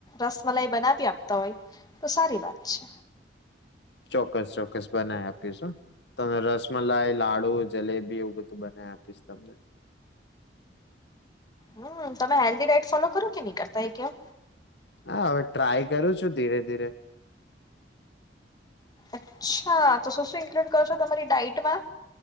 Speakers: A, on the left (about 20°); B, on the left (about 70°).
A: રસમલાઈ બનાવી આપતા હોય તો સારી વાત છે.
B: ચોક્કસ ચોક્કસ બનાવી આપીશું. તને રસમલાઈ લાડુ જલેબી એવું બધું બનાવી આપીશ તમને.
A: હમ તમે હેલ્ધી ડાયટ ફોલો કરો કે નહી કરતા એ કો?
B: હા હવે ટ્રાય કરું છું ધીરે ધીરે.
A: અચ્છા તો શું શું ઇન્ક્લુડ કરો છો તમારી ડાટમાં?